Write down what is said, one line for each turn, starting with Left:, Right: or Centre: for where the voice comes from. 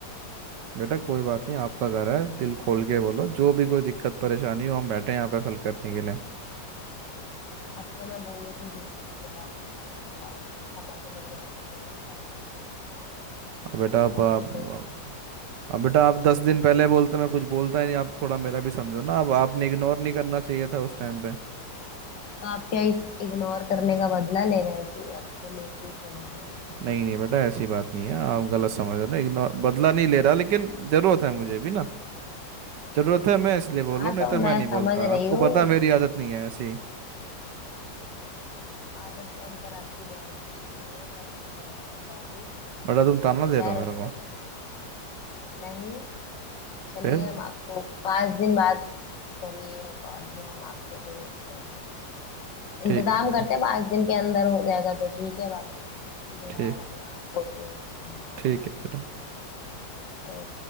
Right: बेटा कोई बात नहीं आपका घर है दिल खोल के बोलो जो भी कोई दिक्कत परेशानी हो हम बैठे हैं यहाँ पे हल करने के लिए
Left: अब तो मैं बोलूंगी अब जब आप इतना तो बताओ समझ नहीं रहे तो फिर मैं क्या ही
Right: अब बेटा अब
Left: बाकी
Right: अब
Left: तो
Right: अब बेटा आप दस दिन पहले बोलते मैं कुछ बोलता ही नहीं आप थोड़ा मेरा भी समझो ना अब आपने इग्नोर नहीं करना चाहिए था उस टाइम पे
Left: तो आप क्या इस इग्नोर करने का बदला ले रहे हैं कि अब तो लेके ही छोड़ेंगे
Right: नहीं नहीं बेटा ऐसी बात नहीं है आप गलत समझ रहे हो ना इग्नोर बदला नहीं ले रहा लेकिन जरूरत है मुझे भी ना जरूरत है मैं इसलिए बोल
Left: हाँ
Right: रहा हूँ
Left: तो
Right: नहीं तो
Left: मैं
Right: मैं नहीं
Left: समझ
Right: बोलता
Left: रही
Right: आपको
Left: हूँ
Right: पता है
Left: इस
Right: मेरी आदत नहीं है ऐसी
Left: आदत तो अंकल आपकी बहुत कुछ दे रहे हैं और बहुत कुछ है भी
Right: बड़ा तुम ताना दे
Left: खैर
Right: रहे हो मेरे
Left: उसको
Right: को
Left: नहीं चलिए
Right: फिर
Left: हम आपको पाँच दिन बाद करिएगा कॉल फिर हम आपको देखते हैं
Right: ठीक
Left: इंतजाम
Right: है बेटा
Left: करते हैं पाँच दिन के अंदर हो जाएगा तो ठीक है बाकी जो
Right: ठीक
Left: है वरना आपको उसे चलाना पड़ेगा
Right: ठीक है बेटा
Left: ओके